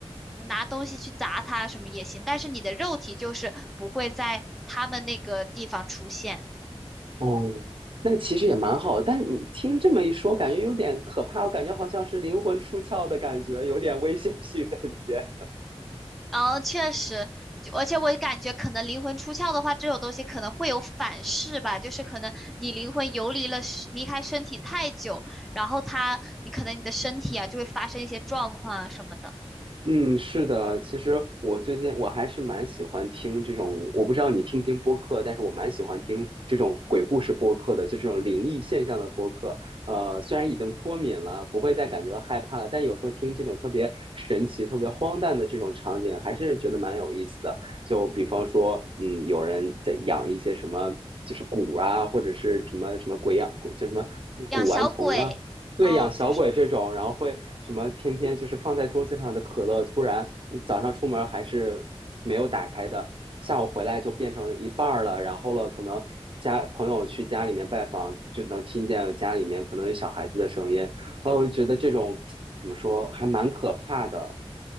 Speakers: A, in the centre; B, on the right.
A: 拿东西去砸他什么也行，但是你的肉体就是不会在他们那个地方出现。
B: 哦，那其实也蛮好的，但你听这么一说，感觉有点可怕，我感觉好像是灵魂出窍的感觉，有点危险性在里边。
A: 嗯，确实，就而且我感觉可能灵魂出窍的话，这种东西可能会有反噬吧，就是可能你灵魂游离了身离开身体太久，然后它，你可能你的身体啊就会发生一些状况啊什么的，
B: 嗯，是的，其实我最近我还是蛮喜欢听这种，我不知道你听不听播客，但是我蛮喜欢听这种鬼故事播客的，就这种灵异现象的播客。呃，虽然已经脱敏了，不会再感觉到害怕了，但有时候听这种特别神奇、特别荒诞的这种场景，还是觉得蛮有意思的。就比方说，嗯，有人在养一些什么，就是蛊啊，或者是什么什么鬼养，鬼叫什么古玩童啊，
A: 养小鬼，
B: 对，
A: 嗯，
B: 养小鬼这种，
A: 就是，
B: 然后会什么天天就是放在桌子上的可乐，突然嗯早上出门还是没有打开的，下午回来就变成一半儿了，然后了，可能家朋友去家里面拜访，就能听见家里面可能有小孩子的声音，哦，我就觉得这种怎么说还蛮可怕的，